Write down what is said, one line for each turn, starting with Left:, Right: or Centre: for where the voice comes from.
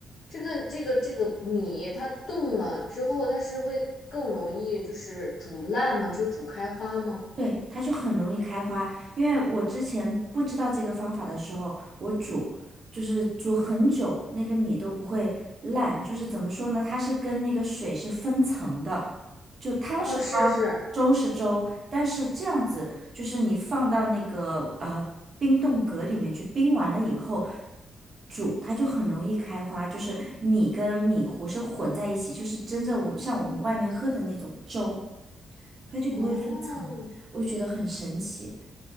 Left: 这个这个这个米它冻了之后，它是会更容易就是煮烂吗？就煮开花吗？
Right: 对，它就很容易开花。因为我之前不知道这个方法的时候，我煮就是煮很久，那个米都不会烂。就是怎么说呢，它是跟那个水是分层的，就汤是汤，
Left: 哦，是是，
Right: 粥是粥。但是这样子，就是你放到那个呃冰冻格里面去冰完了以后。煮它就很容易开花，就是米跟米糊是混在一起，就是真正我们像我们外面喝的那种粥。它就不会嗯分层，
Left: 哦，
Right: 我就觉得很神奇。